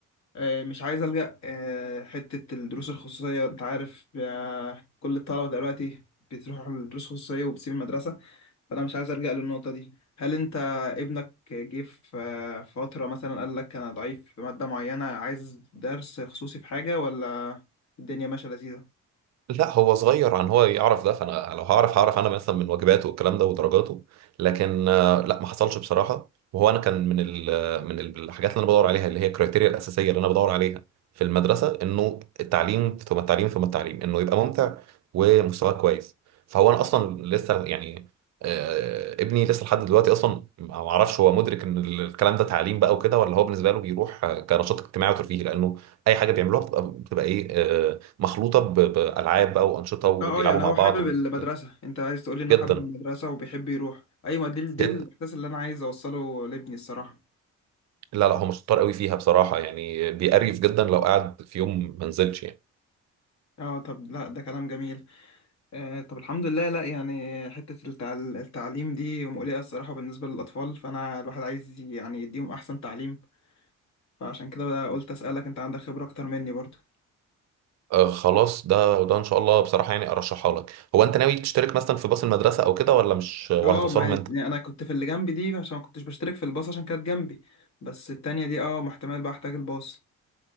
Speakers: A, on the left (about 60°); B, on the right (about 60°).
A: آه، مش عايز ألجأ آه، حتة الدروس الخصوصية أنت عارف آه، كل الطلبة دلوقتي بتروح على الدروس الخصوصية وبتسيب المدرسة فأنا مش عايز ألجأ للنقطة دي هل أنت ابنك جه في آه، فترة مثلا قال لك أنا ضعيف في مادة معينة عايز درس خصوصي في حاجة ولا الدنيا ماشية لذيذة؟
B: لا هو صغير عن هو يعرف ده فانا لو هعرف هعرف انا مثلا من واجباته والكلام ده ودرجاته لكن آه، لا ما حصلش بصراحه وهو انا كان من ال من ال- الحاجات اللي انا بدور عليها اللي هي الكريتيريا الاساسيه اللي انا بدور عليها في المدرسه انه التعليم ثم التعليم ثم التعليم انه يبقى ممتع ومستواه كويس فهو انا اصلا لسه يعني آه، ابني لسه لحد دلوقتي اصلا ما اعرفش هو مدرك ان الكلام ده تعليم بقى وكده ولا هو بالنسبه له بيروح آه، كنشاط اجتماعي وترفيهي لانه اي حاجه بيعملوها بتبقى بتبقى ايه آه، مخلوطه ب- بالعاب بقى وانشطه وبيلعبوا
A: اه اه يعني
B: مع
A: هو
B: بعض
A: حابب
B: وكده
A: المدرسة انت عايز تقولي ان هو
B: جدا
A: حابب المدرسة وبيحب يروح ايوه دي دي
B: جدا
A: الاحساس اللي انا عايز اوصله لابني الصراحة
B: لا لا هو مش شطار قوي فيها بصراحه يعني بيقريف جدا لو قعد في يوم ما نزلش يعني
A: اه طب لا ده كلام جميل آه، طب الحمد لله لا يعني حتة التع- التعليم دي مقلقة الصراحة بالنسبة للأطفال فأنا الواحد عايز يعني يديهم أحسن تعليم فعشان كده قلت أسألك أنت عندك خبرة أكتر مني برضه
B: آه خلاص ده ده ان شاء الله بصراحه يعني ارشحها لك هو انت ناوي تشترك مثلا في باص المدرسه او كده ولا مش ولا
A: اه
B: هتوصلهم
A: ما هي-
B: انت
A: يعني أنا كنت في اللي جنبي دي عشان ما كنتش بشترك في الباص عشان كانت جنبي بس التانية دي اه محتمل بقى أحتاج الباص